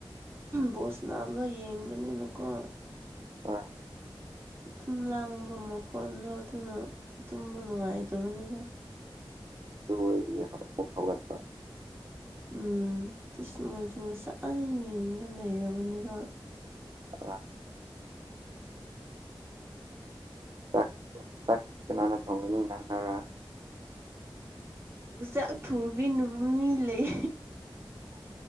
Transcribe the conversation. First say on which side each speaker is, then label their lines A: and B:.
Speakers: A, on the right; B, on the right.
A: ꯕꯣꯁ ꯅꯥꯕ ꯑꯃ ꯌꯦꯡꯕꯅꯤꯅꯀꯣ
B: ꯍꯣꯏ
A: ꯇꯨꯝ ꯂꯥꯡꯕ ꯃꯈꯣꯟꯗꯣ ꯑꯗꯨꯅ ꯇꯨꯝꯕ ꯅꯨꯡꯉꯥꯏꯇꯕꯅꯤꯗꯥ
B: ꯑꯗꯨ ꯑꫭꯏꯗꯤ ꯌꯥꯕ <unintelligible> <unintelligible>
A: ꯎꯝ ꯑꯁ ꯃꯥꯏꯗꯤ ꯉꯁꯥꯏ ꯌꯦꯡꯉꯥ ꯂꯩꯔꯕꯅꯦꯕ
B: ꯑ <unintelligible> ꯆꯥꯛ-ꯆꯥꯛ ꯀꯅꯥꯅ ꯊꯣꯡꯒꯅꯤ ꯅꯪꯅꯔꯥ
A: ꯆꯥꯛ ꯊꯣꯡꯕꯤꯅꯕ ꯃꯤ ꯂꯩ